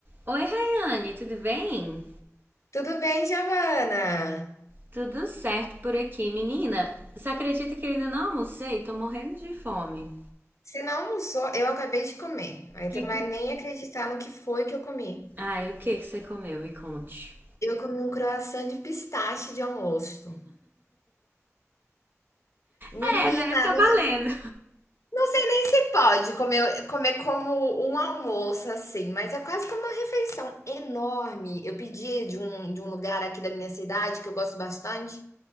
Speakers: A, on the right (about 40°); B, on the left (about 70°).
A: Oi, Rayane, tudo bem?
B: Tudo bem, Giovana?
A: Tudo certo por aqui, menina. Você acredita que eu ainda não almocei? Tô morrendo de fome.
B: Você não almoçou? Eu acabei de comer. Aí
A: Que
B: tu não vai
A: que...
B: nem acreditar no que foi que eu comi.
A: Ai, o que que você comeu? Me conte.
B: Eu comi um croissant de pistache de almoço. Menina,
A: É, né? Tá
B: não
A: valendo.
B: sei, não sei nem se pode comer, comer como um almoço assim, mas é quase que uma refeição enorme. Eu pedi de um, de um lugar aqui da minha cidade que eu gosto bastante.